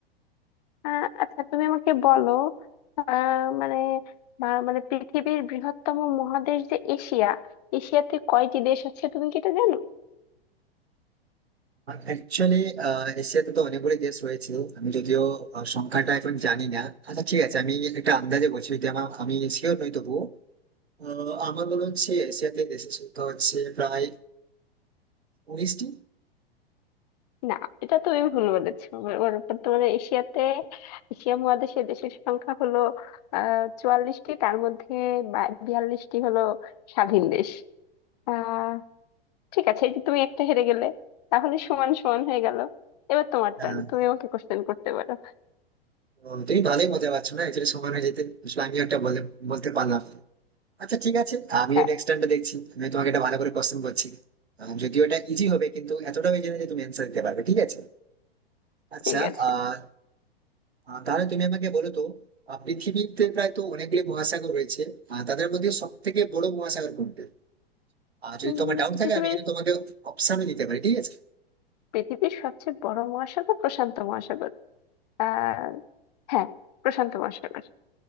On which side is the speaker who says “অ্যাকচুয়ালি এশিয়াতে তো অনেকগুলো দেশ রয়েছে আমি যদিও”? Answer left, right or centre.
Right